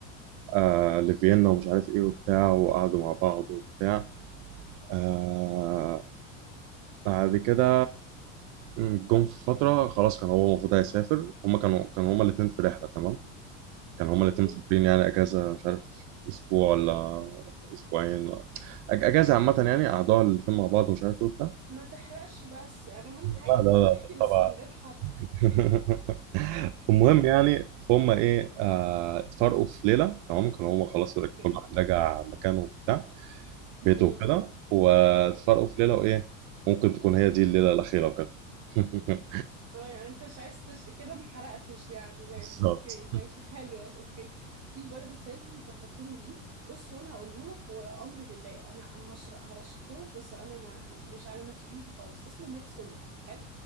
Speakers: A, on the right (about 60°); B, on the right (about 35°).
A: آه لفيينا ومش عارف إيه وبتاع وقعدوا مع بعض وبتاع آه بعد كده مم، جم في فترة خلاص كان هو المفروض هيسافر هما كانوا كانوا هما الاتنين في رحلة تمام كانوا هما الاتنين
B: مم.
A: مسافرين يعني أجازة مش عارف أسبوع ولا أسبوعين ولا- أج- أجازة عامة يعني قعدوها الاتنين مع بعض ومش عارف إيه وبتاع
B: ما تحرقش بس يعني اهم حاجة
A: لا
B: تكون
A: لا لا
B: بتحكي بس
A: طبعا
B: من غير حرق
A: <laughs> المهم يعني فهم إيه آه، اتفرقوا في ليلة تمام كانوا هما خلاص
B: اوكي
A: كل واحد راجع مكانه وبتاع بيته
B: مم.
A: وكده واتفرقوا في ليلة وإيه ممكن تكون هي دي الليلة الأخيرة وكده <laughs>
B: اه يعني انت مش عايز تش... كده ما حرقتش يعني ماشي
A: بالظبط
B: اوكي ماشي حلوة اوكي في برضه فيلم فكرتني بيه بص هو انا هقوله لك وامري لله انا انا هشرح هرشحه لك بس انا ما مش على مسؤوليتي خالص اسمه ميد سومر حلو